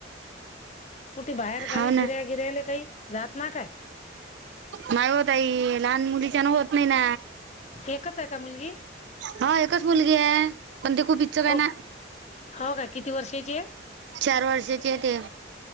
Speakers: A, on the left (about 35°); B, on the right (about 65°).
A: कुठे बाहेर
B: हाव
A: गावी
B: ना
A: फिर्या गिरा्याले काही जात ना काय
B: नाही होतई लहान मुलीच्या ना होत नाही ना
A: एकच आहे का मुलगी
B: हा एकच मुलगी आहे पण ते खूप इच्छुकय
A: हो
B: ना
A: हो का किती वर्षाची आहे
B: चार वर्षाची ते